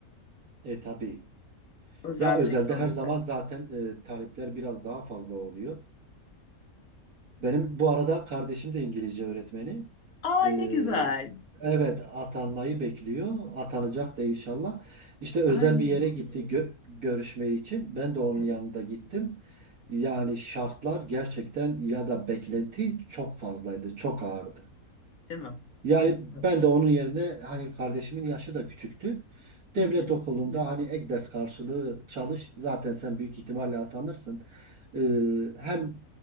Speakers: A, on the right; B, on the left.
A: E tabii.
B: Özel
A: Ya özelde
B: sektörde.
A: her zaman zaten e, talepler biraz daha fazla oluyor. Benim bu arada kardeşim de İngilizce öğretmeni.
B: Aa
A: Ee,
B: ne güzel.
A: evet atanmayı bekliyor. Atanacak da inşallah. İşte özel
B: Hayırlı
A: bir yere
B: olsun.
A: gitti gö- görüşme için. Ben de onun
B: Evet,
A: yanında gittim. Yani şartlar gerçekten ya da beklenti çok fazlaydı, çok ağırdı.
B: değil mi?
A: Yani ben
B: Tabii.
A: de onun yerine hani kardeşimin yaşı da küçüktü. Devlet
B: Hı hı.
A: okulunda hani ek ders karşılığı çalış. Zaten sen büyük ihtimalle atanırsın. Ee, hem